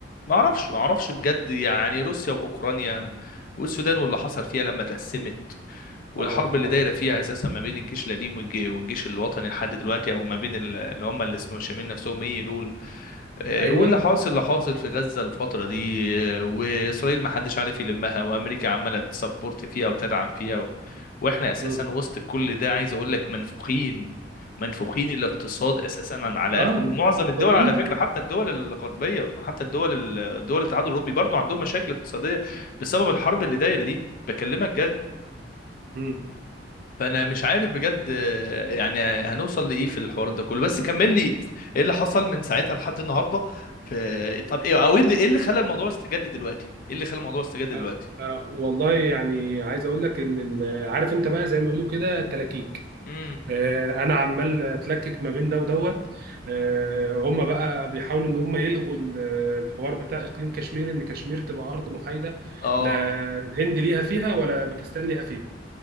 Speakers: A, on the left (about 50°); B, on the right (about 55°).
A: ما اعرفش ما اعرفش بجد يعني روسيا واوكرانيا والسودان واللي حصل فيها لما تقسمت والحرب
B: اه
A: اللي
B: اه
A: دايره فيها اساسا ما بين الجيش القديم والج- والجيش الوطني لحد دلوقتي او ما بين ال- اللي هم اللي اسمهم شامين نفسهم ايه دول آه،
B: ايوه
A: واللي حاصل اللي حاصل في غزة الفترة دي آه، وإسرائيل ما حدش عارف يلمها وأمريكا عمالة تسبورت فيها وتدعم فيها و... وإحنا أساسا
B: مم.
A: وسط كل ده عايز أقول لك منفوخين منفوخين الاقتصاد أساسا على
B: اه
A: آخره ومعظم الدول
B: فاضيين
A: على فكرة حتى الدول الغربية وحتى الدول ال- دول الاتحاد الأوروبي برضو عندهم مشاكل اقتصادية بسبب الحرب اللي دايرة دي بكلمك جد
B: مم.
A: فانا مش عارف بجد آه، يعني هنوصل لايه في الحوار ده كله بس كمل لي ايه اللي حصل من ساعتها لحد النهارده في إيه؟ طب ايه او ايه اللي إيه اللي خلى الموضوع استجد دلوقتي ايه اللي خلى الموضوع استجد دلوقتي
B: آه آه والله يعني عايز اقول لك ان ال- عارف انت بقى زي ما بيقولوا كده تلاكيك
A: امم
B: آه انا عمال اتلكك ما بين ده ودوت آه هم بقى بيحاولوا ان هم يلغوا ال- الحوار بتاع اقليم كشمير ان كشمير تبقى ارض محايده
A: اه
B: لا الهند ليها فيها ولا باكستان ليها فيها